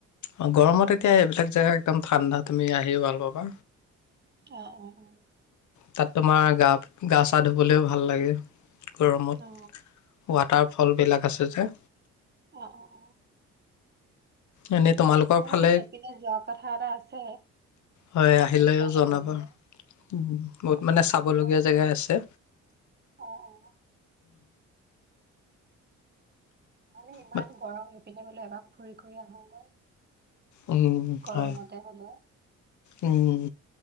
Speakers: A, on the left; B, on the right.
A: অ' গৰমত এতিয়া এইবিলাক জেগা একদম ঠাণ্ডা তুমি আহিও ভাল পাবা।
B: অ' অ' অ'।
A: তাত তোমাৰ গা গা চা ধুবলৈও ভাল লাগে। গৰমত
B: অ
A: হোৱাত তাৰ ফলবিলাক আছে যে
B: অ' অ' অ'।
A: এনেই তোমালোকৰ
B: মোৰ
A: ফালে,
B: মানে সেইপিনে যোৱা কথা এটা আছে
A: হয় আহিলে
B: সেইটো কাৰণে
A: জনাবা
B: সুধিলো
A: বহুত
B: অ
A: মানে
B: কেনেকুৱা
A: চাবলগীয়া
B: কি
A: জেগাই আছে।
B: অ অ অ' ইমান
A: বাট
B: গৰম পিনে বোলে এবাক ফুৰি ঘুৰি আহোগৈ
A: উম
B: গৰমতে
A: হয়।
B: হ'লেও
A: উম।